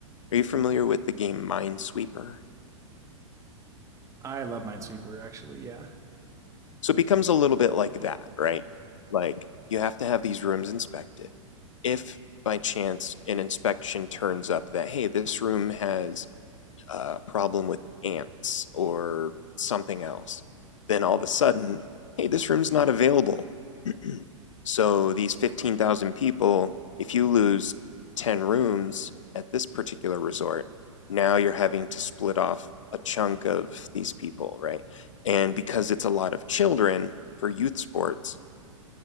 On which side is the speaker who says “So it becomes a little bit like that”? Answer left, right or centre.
Left